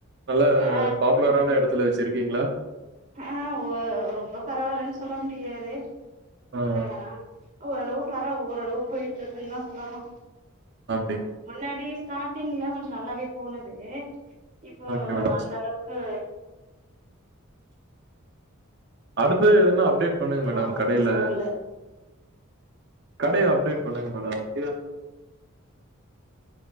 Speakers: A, on the right; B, on the right.
A: நல்லா
B: ஆ
A: பாப்புலரான எடத்துல வச்சுருக்கீங்களா
B: ஆ வோ ரொம்ப பரவாயில்லன்னு சொல்ல முடியாது
A: அ
B: அ ஓரளவு பரவா ஓரளவுக்கு போயிட்டு இருக்குன்னதா சொல்லணூ
A: ஆப்டி
B: முன்னாடி ஸ்டாடிங்ல கொஞ்சோ நல்லாவே போனது இப்போ
A: ஓகே மேடம்.
B: அந்த
A: சூப்
B: அளவுக்கு
A: அடுத்தது எதுனா அப்டேட் பண்ணுங்க
B: இன்னு
A: மேடம் கடயில
B: போகல
A: கடய அப்டேட் பண்ணுங்க மேடம் இல்